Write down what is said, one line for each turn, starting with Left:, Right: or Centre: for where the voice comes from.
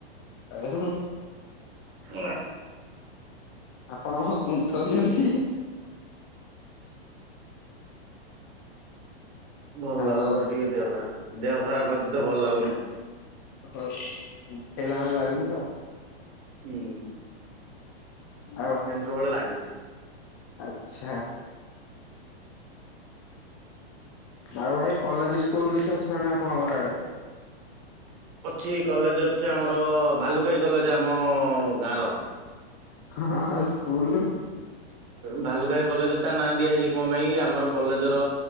Left: ଏ ହୁଁ।
Right: ନାଁ।
Left: ଆପଣ କଣ କୁନ୍ଥଉଛନ୍ତି?
Right: ଭଲ
Left: ହ୍ୟାଲୋ
Right: ଲାଗୁନି ତ ଟିକେ ଦେହ ଖରାପ ଦେହ ଖରାପ ଅଛି ତ ଭଲ ଲାଗୁନି।
Left: ହଉ ହେଲା ଭେଳିଆ ଲାଗୁଛି ତ।
Right: ହୁଁ।
Left: ଆଉ
Right: ସେନ୍ତି ସବୁ ବବେଳେ ଲାଗେ।
Left: ଆଚ୍ଛା। ଆଉ ଭାଇ କଲେଜ ସ୍କୁଲ କିଛି ଅଛି ନାଇ ଆପଣଙ୍କର ଆଡେ?
Right: ଅଛି କଲେଜ ଅଛି ଆମର ଭାଲୁକାଇ କଲେଜ ଆମ ଗାଁର
Left: ହଁ ସ୍କୁଲ।
Right: ଭାଲୁଖାଇ କଲେଜ ତା ନାଁ ଦିଆ ହେଇଛି କଣ ପାଇଁ ଆମର କଲେଜ ର